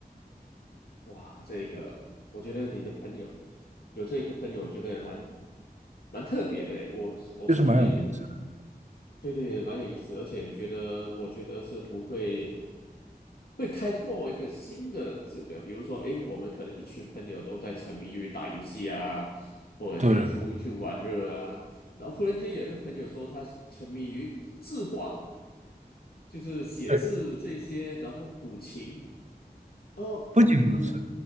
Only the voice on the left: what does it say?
哇，这个我觉得你的朋友有这个朋友，我觉得蛮蛮特别的诶。我我身边，
对对，蛮有意思，而且觉得我觉得是不会会开拓一个新的指标，比如说，诶，我们可能一群朋友都在沉迷于打游戏啊，或者去出去玩乐啊，
然后忽然间有一个朋友说他沉迷于字画，就是写字这些，
然后古琴，哦，
嗯，